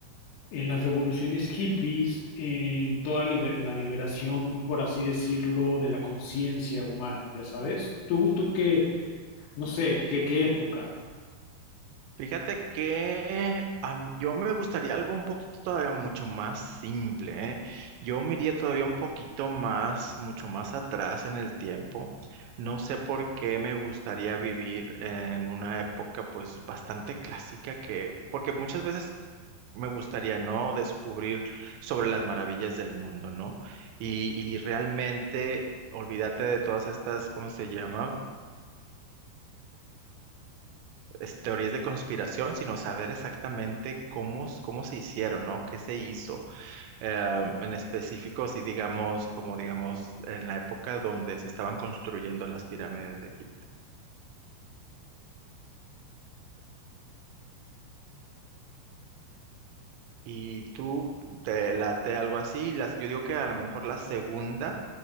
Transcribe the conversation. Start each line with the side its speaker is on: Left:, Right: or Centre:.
Left: en las revoluciones hippies, en toda liber- la liberación, por así decirlo, de la conciencia humana, ya sabes. ¿Tú, tú qué, no sé, qué, qué época?
Right: Fíjate que a m- yo me gustaría algo un poquito todavía mucho más simple, ¿eh? Yo me iría todavía un poquito más, mucho más atrás en el tiempo. No sé por qué me gustaría vivir en una época pues bastante clásica que, porque muchas veces me gustaría, ¿no? Descubrir sobre las maravillas del mundo, ¿no? Y, y realmente olvídate de todas estas, ¿cómo se llama? es- teorías de conspiración, sino saber exactamente cómo, s- cómo se hicieron, ¿no? ¿Qué se hizo? Eh, en específico, si digamos, como digamos, en la época donde se estaban construyendo las pirámides de Egipto. Y tú te late algo así, las, yo digo que a lo mejor la segunda